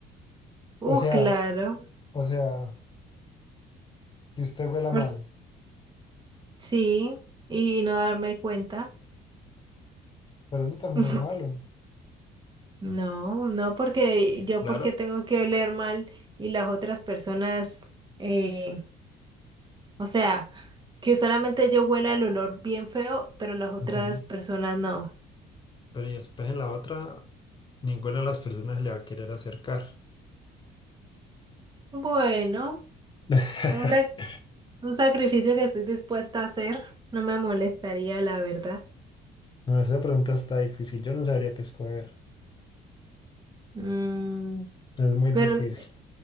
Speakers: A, on the right; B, on the left.
A: Uh,
B: O sea,
A: claro.
B: o sea, que usted huela
A: Por-
B: mal,
A: sí, y no darme cuenta.
B: pero eso también
A: <laughs>
B: es malo.
A: No, no, porque yo
B: Claro.
A: porque tengo que oler mal y las otras personas, eh, o sea, que solamente yo huela el olor bien feo, pero las otras
B: ujú.
A: personas no.
B: Pero y después en la otra, ninguna de las personas le va a querer acercar.
A: Bueno,
B: <laughs>
A: un, sac- un sacrificio que estoy dispuesta a hacer, no me molestaría, la verdad.
B: No, esa pregunta está difícil. Yo no sabría qué escoger.
A: Mm,
B: Es muy
A: pero,
B: difícil.